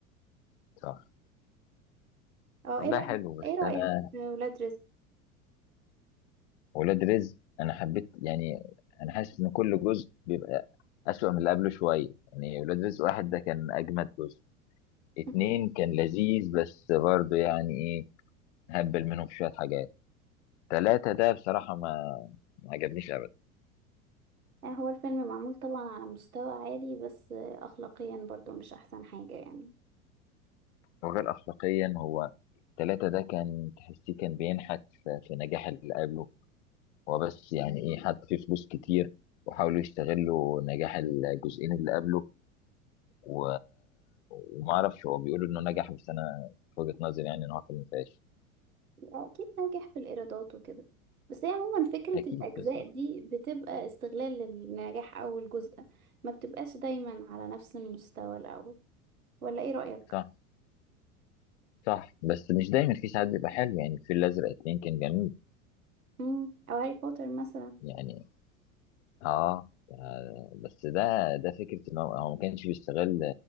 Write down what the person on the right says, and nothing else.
اه
ايه رأيك
ايه رأيك
في ولاد رزق
مهم.
آه، هو الفيلم معمول طبعا على مستوى عالي بس آه، اخلاقيا برضو مش احسن حاجة يعني
أكيد ناجح في الإيرادات وكده بس هي عموما فكرة
الأجزاء
دي بتبقى استغلال للنجاح أول جزء ما بتبقاش دايما على نفس المستوى الأول ولا إيه رأيك؟
مم. أو هاري بوتر مثلا